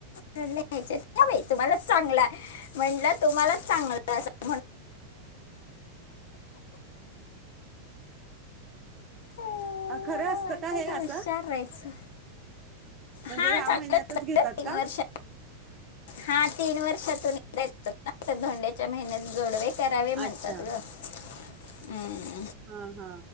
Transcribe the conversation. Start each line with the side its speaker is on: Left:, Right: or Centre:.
Left: म्हणलं खड्ड्यात <unintelligible> बाई तुम्हाला चांगला. म्हणलं तुम्हालाच चांगलं असल <unintelligible>
Right: <inaudible>
Left: अं,
Right: खरं
Left: मला
Right: असतं
Left: म्हणतात
Right: का हे
Left: हुशार
Right: असं?
Left: राहायचं
Right: म्हणजे
Left: हा
Right: ह्या
Left: चांगलं
Right: महिन्यातच
Left: चांगलं
Right: घेतात
Left: तीन
Right: का?
Left: वर्ष हा तीन वर्षातून <unintelligible> धोंड्याच्या महिन्यात जोडवे. करावे म्हणतात
Right: अच्छा
Left: गं हम्म.
Right: हा हा.